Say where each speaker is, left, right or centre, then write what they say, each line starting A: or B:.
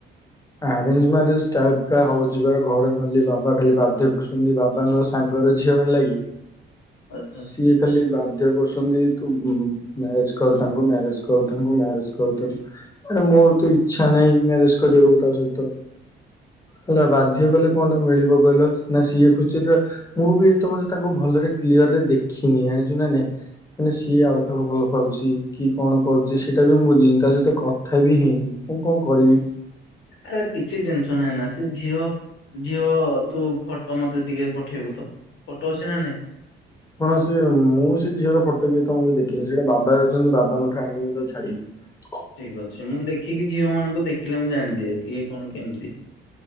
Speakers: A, on the left; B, on the left.
A: ଆରେଞ୍ଜ ମ୍ୟାରେଜ ଟାଇପ କା ହଉଚି ବା। ଘରେ ଖାଲି ବାବା ଖାଲି ବାଧ୍ୟ କରୁଛନ୍ତି। ବାବାଙ୍କ ସାଙ୍ଗ ଘର ଝିଅ ହେଲା କି
B: ଆଚ୍ଛା
A: ସିଏ
B: ଆଚ୍ଛା
A: ଖାଲି ବାଧ୍ୟ କର ଛନ୍ତି ତୁ ମ୳୲ରେଜ କର ତାଙ୍କୁ ମ୍ୟାରେଜ କର ତାଙ୍କୁ ମ୍ୟାରେଜ କର ତାକୁ। ଆରେ ମୋର ତ ଇଚ୍ଛା ନାହିଁ ମ୍ୟାରେଜ କରିବାକୁ ତା ସହିତ। ହେଲା ବାଧ୍ୟ କଲେ କଣ ଟା ମିଳିବ କହିଲ ନା ସିଏ ଖୁସିରେ ର। ମୁଁ ବି ତମେ ଯଦି ତାକୁ ଭ ଭଲରେ କ୍ଲିଅରରେ ଦେଖିନି ଜାଣିଛୁ ନା ନାଇଁ ମାନେ ସିଏ ଆଉ କାହାକୁ ଭଲ ପାଉଚି। କି କଣ କରୁଛି ସେଇଟା ବି ମୁଁ ବୁଝିନି ତା ସହିତ କଥା ବି ହେଇନି ମୁଁ କଣ କରିବି।
B: ଆରେ କିଛି ଟେନସନ ହେ ନା ସେ ଝିଅ ଝିଅ ତୁ ଫଟୋ ମତେ ଟିକେ ପଠେଇବୁ ତ ଫଟୋ ଅଛି ନା ନାଇଁ।
A: ହଁ ସେ ମୁଁ ସେ ଝିଅର ଫଟୋ କୁ ଏପନ୍ତ ଦେଖ କିନ୍ତୁ ସେଟା ବାବା ରଖିଛନ୍ତି ବାବାଙ୍କଠୁ ଆଣିକି ମୁଁ ତତେ ଛାଡିବି।
B: ଠିକ ଅଛି ମୁଁ ଦେଖିକି ଝିଅ ମାନଙ୍କୁ ଦେଖିଲେ ମୁଁ ଜାଣିଦିଏ। କିଏ କଣ କେମିତି?